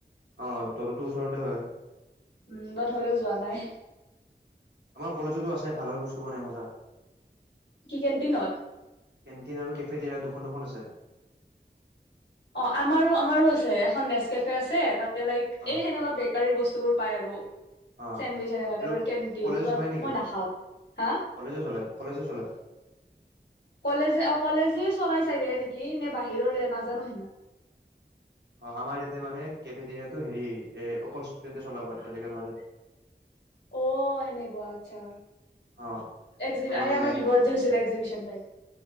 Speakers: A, on the right (about 70°); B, on the left (about 80°).
A: অ তহটতো ওচৰতে হয়।
B: উম বাট হলেও যোৱা নাই।
A: আমাৰ কলেজতো আছে ভাল ভাল বস্তু বনাই মজা।
B: কি কেণ্টিনত
A: কেণ্টিন আৰু কেফে দুখন, দুখন আছে। দে -
B: অ, আমাৰো আমাৰো আছে এখন নেচ কেফে আছে তাত। তে লাইক
A: অ
B: এই সেনেকা বেকাৰীৰ বস্তুবোৰ। পায় আৰু।
A: অ
B: চেণ্ডউইচ এনেকুৱা
A: এইটো
B: টাইপৰ কেণ্টিন
A: কলেজো
B: বাট
A: চলায় নেকি?
B: মই নাখাওঁ হা
A: কলেজো চলায়, কলেজো চলায়?
B: কলেজে অ কলেজে চলাই চাগে নেকি নে বাহিৰৰে নাজানো সিমান।
A: অ আমাৰ ইয়াতে মানে কেফেটৰিয়াটো হেৰি এ অকল ষ্টুডেণ্টে চলাব প বেলেগে নোৱাৰে।
B: অ সেনেকুৱা, আচছা।
A: অ ত
B: এই
A: মানে
B: আমাৰ বিহত যে হৈছিলে এক্জিবশন তাইপ?